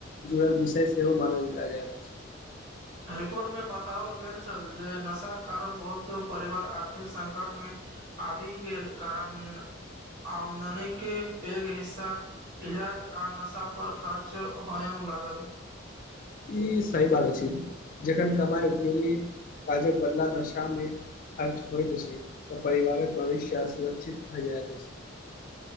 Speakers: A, on the left; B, on the right.
A: जुड़र विषय सेहो मानल जाय अछि।
B: रिपोर्ट मे बताओल गेल छल जे नशाक के कारण बहुत परिवार आर्थिक संकट मे आबि गेल कारण आमदने के पैघ हिस्सा इलाज आ नशा पर खर्च होयम लागल।
A: ई सही बात अछि जखन कमाई उपयोगी काजक बदला नशा मे खर्च होइत अछि तऽ परिवारक भविष्य असुरक्षित भए जायइत अछि।